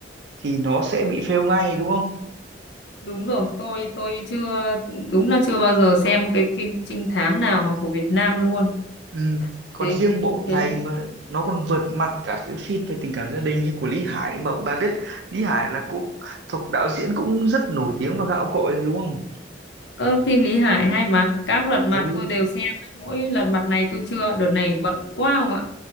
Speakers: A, on the right; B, on the left.
A: thì nó sẽ bị fail ngay đúng không?
B: đúng rồi tôi tôi chưa đúng là chưa bao giờ xem cái phim trinh thám nào mà của Việt Nam luôn
A: Ừ. Còn
B: thế
A: riêng bộ
B: thế
A: này
B: là
A: mà nó còn vượt mặt cả cái phim về tình cảm gia đình như của Lý Hải mà bà biết Lý Hải là cũng thuộc đạo diễn cũng rất nổi tiếng và gạo cội rồi đúng không?
B: ơ, phim Lý Hải hay mà các lật mặt
A: Ừ
B: tôi đều xem mỗi lật mặt này tôi chưa đợt này bận quá không ạ